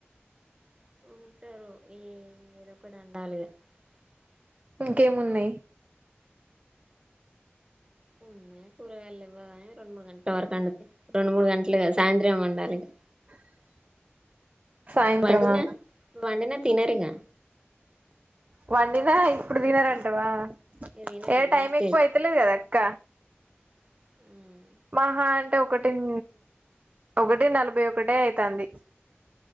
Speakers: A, on the right; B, on the right.
A: <inaudible>
B: ఇంకేమున్నాయ్
A: ఇంగేం కూరగాయల్లేవ్ రోజు రెండు మూడు గంటల వరకు వుండు రెండు మూడు గంటలే కాద సాయంత్రం మే వండాలి ఇగా
B: <inaudible> సాయంత్రమా
A: వండినా వండినా తినరింగ
B: వండినా ఇప్పుడు తినరంటవా
A: ఇగ తినరు
B: ఏ
A: వేస్టేజ్
B: టైమ్ ఎక్కువ అయితలేదు గదా అక్క
A: మ్
B: మాహా అంటే ఒక టెన్ ఒకటి నలభై ఒకటే అయితాంది